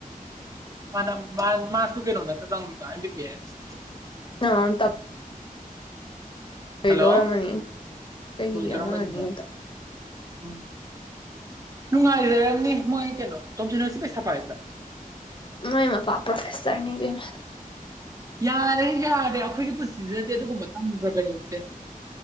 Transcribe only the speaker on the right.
ꯃꯥꯅ ꯃꯥ ꯃꯥꯁꯨ ꯀꯩꯅꯣ ꯅꯠꯇꯔꯣ ꯇꯝꯒ꯭ꯔꯤꯗꯣ ꯑꯦꯝ ꯕꯤ ꯕꯤ ꯑꯦꯁ
ꯍꯜꯂꯣ
ꯂꯣꯏꯗꯣꯔꯝꯃꯅꯤꯌꯦ
ꯎꯝ ꯅꯨꯡꯉꯥꯏꯖꯔꯝꯅꯤ ꯃꯣꯏ ꯀꯩꯅꯣ ꯇꯣꯝꯊꯤꯟ ꯍꯣꯏꯁꯦ ꯄꯩꯁꯥ ꯄꯥꯏꯕ꯭ꯔꯥ
ꯌꯥꯔꯦ ꯌꯥꯔꯦ ꯑꯩꯈꯣꯏꯒꯤ ꯄꯨꯟꯁꯤ ꯁꯤꯗꯤ ꯑꯗꯨ ꯑꯗꯨꯒꯨꯝꯕ ꯇꯝꯗꯔꯕꯅꯤꯁꯦ